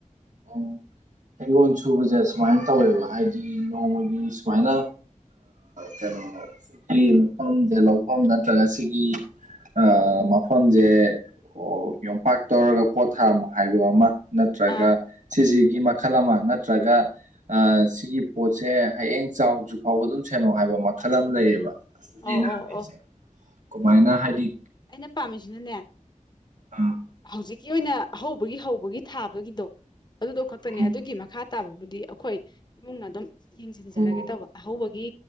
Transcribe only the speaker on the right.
ꯎꯝ <inaudible> ꯁꯨꯕꯁꯦ ꯁꯨꯃꯥꯏꯅ ꯇꯧꯋꯦꯕ ꯍꯥꯏꯗꯤ ꯅꯣꯡꯃꯒꯤ ꯁꯨꯃꯥꯏꯅ ꯀꯩꯅꯣ ꯁꯤꯀꯤ ꯃꯐꯝꯁꯦ ꯂꯧꯐꯝ ꯅꯠꯇ꯭ꯔꯒ ꯁꯤꯒꯤ ꯑꯥ ꯃꯐꯝꯁꯦ ꯑꯣ ꯌꯣꯝꯄꯥꯛ ꯇꯧꯔꯒ ꯄꯣꯠ ꯊꯥꯔꯝꯃꯣ ꯍꯥꯏꯕ ꯑꯃ ꯅꯠꯇ꯭ꯔꯒ
ꯁꯤꯁꯤꯒꯤ ꯃꯈꯜ ꯑꯃ ꯅꯠꯇ꯭ꯔꯒ ꯁꯤꯒꯤ ꯄꯣꯠꯁꯦ ꯍꯌꯦꯡ ꯆꯥꯎꯗ꯭ꯔꯤ ꯐꯥꯎꯕ ꯑꯗꯨꯝ ꯁꯦꯟꯅꯧ ꯍꯥꯏꯕ ꯃꯈꯜ ꯑꯃ ꯂꯩꯌꯦꯕ ꯑꯗꯨꯅꯦ
ꯑꯩꯅ
ꯍꯪꯉꯛꯏꯁꯦ
ꯀꯃꯥꯏꯅ ꯍꯥꯏꯗꯤ
ꯎꯝ
ꯎꯝ
ꯑꯣ